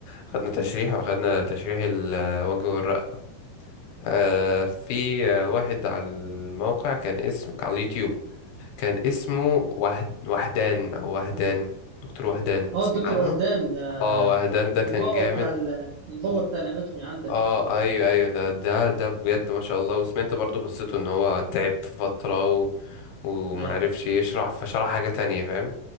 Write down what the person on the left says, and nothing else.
خدنا تشريح واخدنا تشريح الوجه والرقبة آه في آه، واحد على الموقع كان اسمه كان على اليوتيوب كان اسمه وهد... وهدان او وهدان دكتور وهدان
تسمع
عنه
اه وهدان ده
كان جامد
و...
اه ايوه ايوه ده ده ده بجد ما شاء الله وسمعت برضو قصته ان هو تعب في فترة و... ومعرفش
يشرح فشرح حاجة تانية فاهم